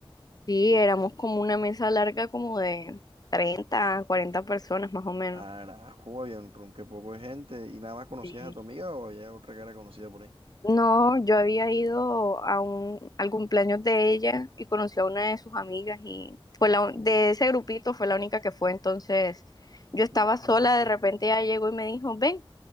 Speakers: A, on the left (about 40°); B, on the right (about 70°).
A: Sí, éramos como una mesa larga como de 30, 40 personas más o menos.
B: Carajo, había un ronque poco de gente. ¿Y nada más conocías
A: Sí.
B: a tu amiga o había otra cara conocida por ahí?
A: No, yo había ido a un, al cumpleaños de ella y conocí a una de sus amigas y fue la, un- de ese grupito fue la única que fue. Entonces yo estaba
B: Ujú,
A: sola, de repente ella llegó y me dijo, ven,